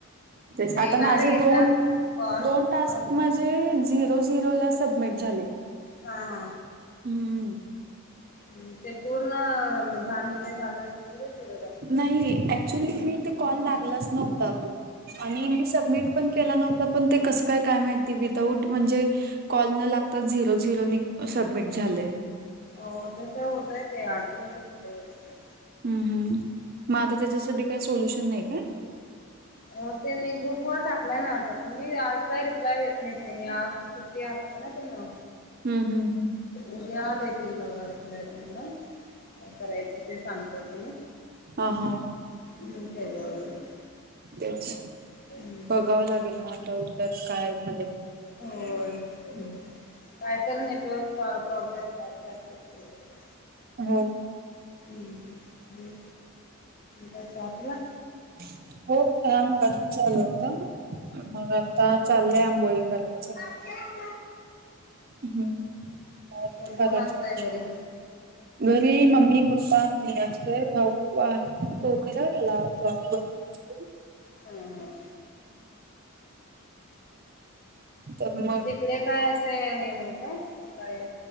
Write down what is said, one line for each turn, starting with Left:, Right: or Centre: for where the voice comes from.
Right: ते आता
Left: येणारे
Right: माझे
Left: येतात
Right: दोन
Left: कॉल
Right: दोन टास्क
Left: पण
Right: म हे झिरो झिरो ला सबमिट झाले.
Left: हा हा.
Right: हम्म.
Left: ह ते पूर्ण दहा मिनिटे झाल्याच नं तरी झीरो
Right: नाही ऍक्च्युली मी ते कॉल लागलाच नव्हता तो आणि मी सबमिट पण केला नव्हता पण ते कसं काय काय माहिती विदाऊट म्हणजे कॉल न लागतात झिरो झिरो सबमिट झाले.
Left: अ तस होतय ते आटो्मेटिक होतय च ते.
Right: हम्म हम् मग आता त्याच्यासाठी काही सोल्युशन नाही काय. <inaudible>
Left: हो तेनी ग्रुप वर टाकलाय ना आता तुम्ही आज काय रिप्लाय देत नाही त्यांनी आज टी असते ना त्यांना.
Right: हम् हम् हम.
Left: उद्या देतील बघा रिप्लाय तुम्हाला काय करायचं ते सांगतात तेणी.
Right: ह हा.
Left: हम <unintelligible>
Right: तेच.
Left: हम्
Right: बघावं लागेल मग आता उद्यात काय झालंय,
Left: होय-होय, <inaudible> काय तर नेटवर्क प्रॉब्लेम हाय काय तर असले तरी होतय ते.
Right: हो.
Left: हम <unintelligible> मग काय चाय पिला.
Right: <unintelligible> हो शम. चाल होता मग आता चाललंय आंबोळी करायचं.
Left: ह <unintelligible>
Right: हम्म
Left: कोण
Right: <unintelligible>
Left: कोण असतय घरी
Right: घरी मम्मी पप्पा. असतय भाऊ आहे तो खर याला जॉब भती असतो.
Left: हम हम.
Right: <inaudible> तर मग,
Left: इकडे काय असे हे नाही का काही.